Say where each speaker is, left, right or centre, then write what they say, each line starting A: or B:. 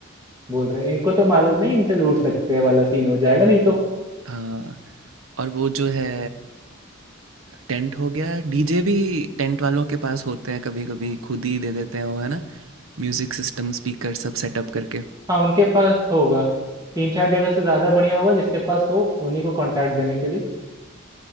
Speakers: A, on the right; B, on the right.
A: बोल रहे हैं, इनको तो मालूम नहीं इनसे लूट सकते हैं वाला सीन हो जाएगा नहीं तो
B: हाँ और वो जो है टेंट हो गया डीजे भी टेंट वालों के पास होते हैं कभी कभी खुद ही दे देते हैं वो है ना म्यूज़िक सिस्टम स्पीकर सब सेटअप करके
A: हाँ उनके पास होगा तीन चार जगह से ज़्यादा बढ़िया होगा जिसके पास हो उन्हीं को कांटेक्ट देने के लिए